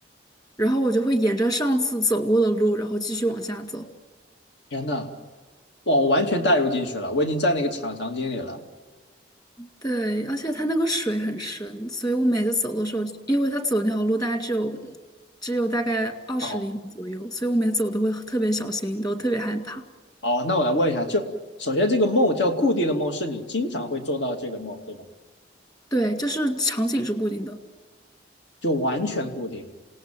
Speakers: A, on the left; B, on the left.
A: 然后我就会沿着上次走过的路，然后继续往下走。
B: 天呐，哇，我完全带入进去了，我已经在那个场场景里了。
A: 对，而且它那个水很深，所以我每次走的时候，因为它走那条路大概只有只有大概二十厘米左右，
B: 好，
A: 所以我每次走都会特别小心，都特别害怕。
B: 哦，那我来问一下，就首先这个梦叫固定的梦，是你经常会做到这个梦，对吧？
A: 对，就是场景是固定的，
B: 就完全固定。